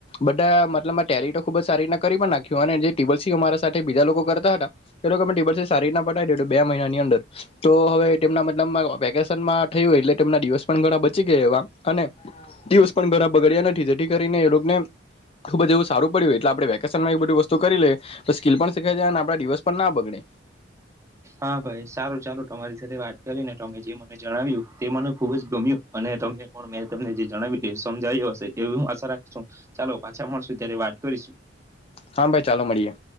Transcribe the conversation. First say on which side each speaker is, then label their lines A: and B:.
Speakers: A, on the left; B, on the right.
A: બધા એટેલી તો ખુબ સારીને કરી પણ નાખી જે ટેબલ સી મારી સાથે બીજા લોકો કરતા હતા એ લોકોમે ટટેબલ સારીીતના પાવીધ બે મહિનાની અંદર તો હવે તેમના મતલબ વેકેશનમાં થયું એટલે તેમના દિવસ પણ ઘણા બચી ગયા એવા અને દિવસ પણ બધા બગડ્યા નથી જેથી કરીને એ રગ ને ખૂબ જ એવું સારું પડ્યું એટલે આપણેેકેશન માં વસ્તુ કરી લે સ્કીલ પણ શીખાય અને આપડા દિવસ પણ ના બગડે
B: હા ભાઈ સારું ચાલો તમારી સાથે વાત કરીને તમે જે મને જણાવ્યું તે મને ખુબ જ ગમ્યું અને તમને મેં તમને જે જણાવ્યું સમજાય્યું હશે એવી હું આશા રાખ છું ચાલો પાછા મળશું ત્યારે વાત કરી પશું
A: હા ભાઈ ચાલુ મળીએે